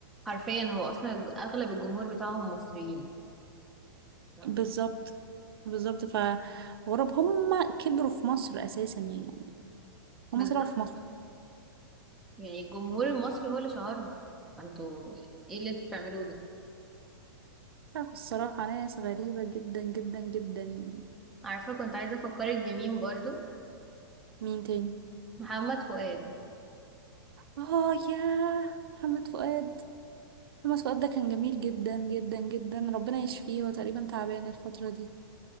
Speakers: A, in the centre; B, on the right.
A: حرفيا هو اصلا الج- اغلب الجمهور بتاعهم مصريين ف-
B: بالظبت بالظبط فغرب هم كبروا في مصر أساسا يعني هم
A: بالظبط
B: طلعوا في مصر
A: يعني الجمهور المصري هو اللي شهرهم انتوا ايه اللي انتوا بتعملوه ده
B: عارفة الصراحة ناس غريبة جدا جدا جدا يعني
A: عارفة كنت عايزة افكرك بمين برضو
B: مين تاني
A: محمد فؤاد
B: اه يا محمد فؤاد هو الواد ده كان جميل جدا جدا جدا ربنا يشفيه هو تقريبا تعبان الفترة دي